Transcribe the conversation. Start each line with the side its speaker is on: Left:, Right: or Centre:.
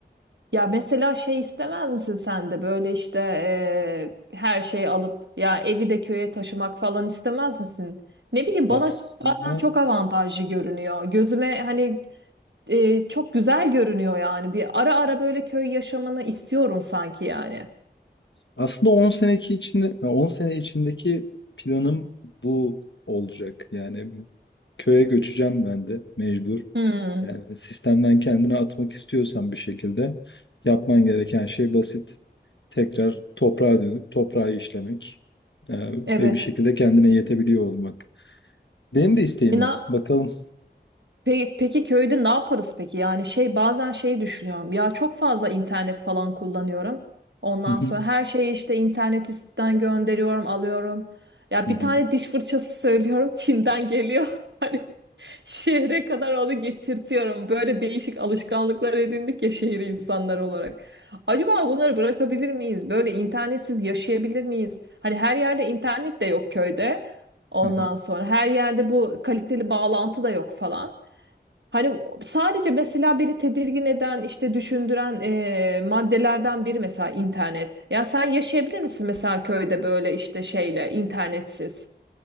Right: Ya mesela şey istemez misin sen de böyle işte eee, her şeyi alıp ya evi de köye taşımak falan istemez misin? Ne bileyim
Left: Aslında
Right: bana bazen çok avantajlı görünüyor. Gözüme hani eee, çok güzel görünüyor yani. Bir ara ara böyle köy yaşamını istiyorum sanki yani.
Left: Aslında on seneki içinde 10 sene içindeki planım bu olacak. Yani köye göçeceğim ben de mecbur.
Right: Hmm,
Left: Yani sistemden kendini atmak istiyorsan bir şekilde yapman gereken şey basit. Tekrar toprağa dönüp toprağı işlemek e, ve
Right: evet.
Left: bir şekilde kendine yetebiliyor olmak. Benim de isteğim
Right: E, na-
Left: o. Bakalım.
Right: Peki, peki köyde ne yaparız peki? Yani şey bazen şeyi düşünüyorum. Ya çok fazla internet falan kullanıyorum. Ondan
Left: Hı hı,
Right: sonra her şeyi işte internet üstünden gönderiyorum, alıyorum. Ya
Left: hı
Right: bir
Left: hı.
Right: tane diş fırçası söylüyorum, Çin'den geliyor. <laughs> Hani şehre kadar onu getirtiyorum. Böyle değişik alışkanlıklar edindik ya şehir insanları olarak. Acaba bunları bırakabilir miyiz? Böyle internetsiz yaşayabilir miyiz? Hani her yerde internet de yok köyde. Ondan
Left: <laughs>
Right: sonra her yerde bu kaliteli bağlantı da yok falan. Hani sadece mesela biri tedirgin eden, işte düşündüren e, maddelerden biri mesela internet. Ya sen yaşayabilir misin mesela köyde böyle işte şeyle internetsiz?